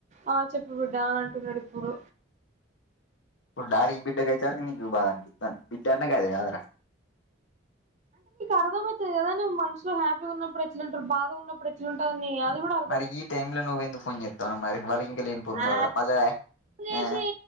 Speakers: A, on the right; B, on the left.
A: ఆ చెప్ప బిడ్డా అని అంటున్నాడు ఇప్పుడు
B: డారికి పిఠగాచారుకి బాధనికితాని విట్టాన్న క అదేర
A: అర్థమవుతుది కదావ్ మనుషలో హ్యాపీగా ఉన్నప్పుడుట్ంటారు బా ప్పుడు ఎట్లుంటందని అది కూడా అ
B: మరి ఈ టైమ్ లో నువ్వెందుకు ఫోన్ చేత్తానవ్ మరి వాళ్ళకి ఇంకా లేనిపోని
A: అ
B: బాధ మళ్ళా
A: చేసి
B: ఆ